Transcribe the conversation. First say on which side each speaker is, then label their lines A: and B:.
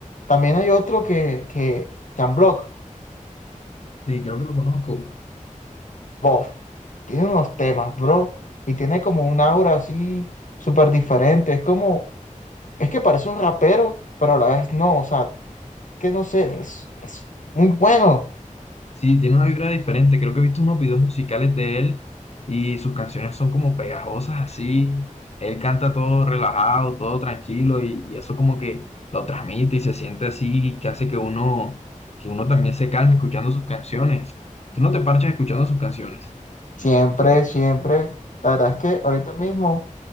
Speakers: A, on the left; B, on the left.
A: También hay otro que, que, Jan Block.
B: Sí, creo que lo conozco.
A: Bof, tiene unos temas, bro, y tiene como un aura así súper diferente. Es como, es que parece un rapero, pero a la vez no, o sea, que no sé, es, es muy bueno.
B: Sí, tiene una vibra diferente. Creo que he visto unos videos musicales de él y sus canciones son como pegajosas así. Él canta todo relajado, todo tranquilo y, y eso como que lo transmite y se siente así que hace que uno, que uno también se calme escuchando sus canciones. ¿Tú no te parches escuchando sus canciones?
A: Siempre, siempre. La verdad es que ahorita mismo,